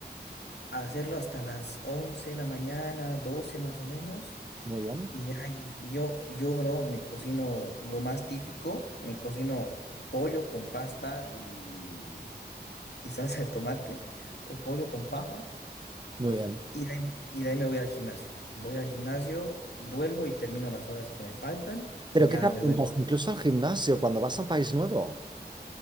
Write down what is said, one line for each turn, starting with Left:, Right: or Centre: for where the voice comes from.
Left: a hacerlo hasta las 11 de la mañana, 12 más o menos.
Right: muy bien,
Left: Y de ahí yo, yo, bro, me cocino lo más típico, me cocino pollo con pasta y, y salsa de tomate o pollo con papa
Right: muy bien.
Left: y de ahí, y de ahí me voy al gimnasio. Voy al gimnasio, vuelvo y termino las horas que me faltan y
Right: ¿Pero
Left: ya
Right: qué te apuntas?
Left: me doy
Right: Incluso al gimnasio, cuando vas a un país nuevo.